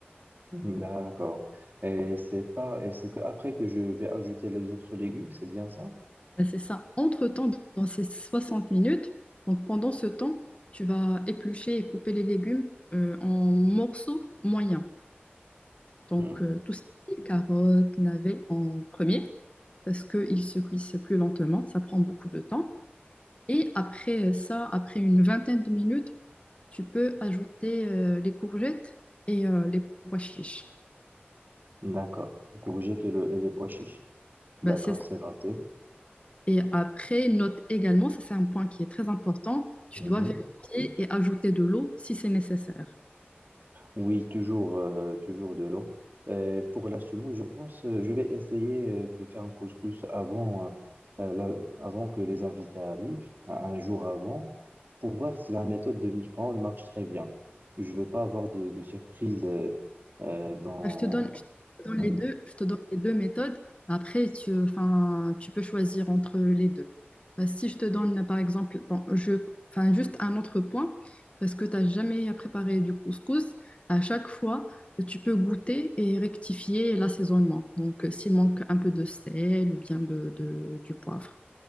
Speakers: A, on the right; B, on the left.
A: Mhm. D'accord. Et c'est pas, et c'est que après que je vais ajouter les autres légumes, c'est bien ça?
B: Ben, C'est ça. Entre-temps, dans ces 60 minutes, donc pendant ce temps, tu vas éplucher et couper les légumes euh, en morceaux moyens. Donc,
A: Hmm.
B: euh, tout ce qui est carottes, navets en premier, parce qu'ils se cuisent plus lentement, ça prend beaucoup de temps. Et après euh, ça, après une vingtaine de minutes, tu peux ajouter euh, les courgettes et euh, les pois chiches.
A: D'accord. Courgette et, le- et les pois chiches. D'accord,
B: Ben, c'est ça.
A: c'est noté.
B: Et après, note également, ça c'est un point qui est très important, tu
A: Mhm.
B: dois vérifier et ajouter de l'eau si c'est nécessaire.
A: Oui, toujours, euh, toujours de l'eau. Euh, pour la semoule, je pense, euh, je vais essayer euh, de faire un couscous avant, euh, euh, la- avant que les invités arrivent, un un jour avant, pour voir si la méthode de micro-ondes marche très bien. Je veux pas avoir de, de surprise euh, euh, dans...
B: Bah, Je te donne, je te donne
A: Oui,
B: les deux, je te donne les deux méthodes. Après, tu, enfin, tu peux choisir entre les deux. Bah, si je te donne, par exemple, bon, je, enfin, juste un autre point, parce que tu n'as jamais préparé du couscous, à chaque fois, tu peux goûter et rectifier l'assaisonnement. Donc, euh, s'il manque un peu de sel ou bien de, de- du poivre.